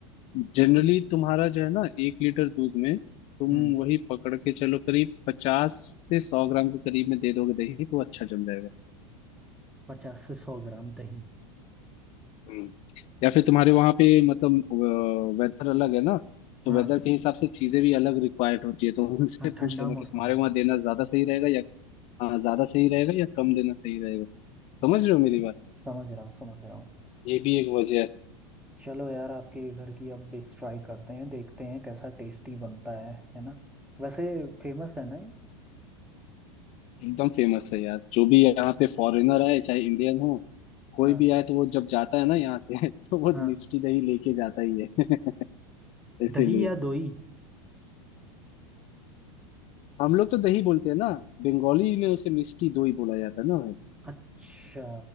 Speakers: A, on the left; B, in the centre.
A: जनरली तुम्हारा जो है ना एक लीटर दूध में तुम
B: हम्म
A: वही पकड़ के चलो करीब पचास से सौ ग्राम के करीब में दे दोगे दही तो अच्छा जम जाएगा
B: पचास से सौ ग्राम दही
A: हम्म या फिर तुम्हारे वहां पे मतलब वेदर अलग है ना तो
B: हाँ
A: वेदर के हिसाब से चीजें भी अलग रिक्वायर्ड होती है तो उनसे
B: हाँ ठंडा
A: पूछ लेना
B: मौसम
A: कि तुम्हारे
B: है
A: वहां देना ज्यादा सही रहेगा या हाँ, ज्यादा सही रहेगा या कम देना सही रहेगा समझ रहे हो मेरी बात
B: समझ रहा हूँ समझ रहा हूँ
A: ये भी एक वजह है
B: चलो यार आपके इधर की अब डिश ट्राई करते हैं देखते हैं कैसा टेस्टी बनता है है ना वैसे फेमस है ना ये
A: एकदम फेमस है यार जो भी यहाँ पे फॉरेनर आए चाहे इंडियन हो कोई
B: हाँ
A: भी आए तो वो जब जाता है ना यहाँ से <laughs> तो वो
B: हाँ
A: मिष्टी दही लेके जाता ही है <laughs> इसीलिए
B: दही या दोई
A: हम लोग तो दही बोलते हैं ना बंगाली में उसे मिष्टी दोई बोला जाता है ना भाई
B: अच्छा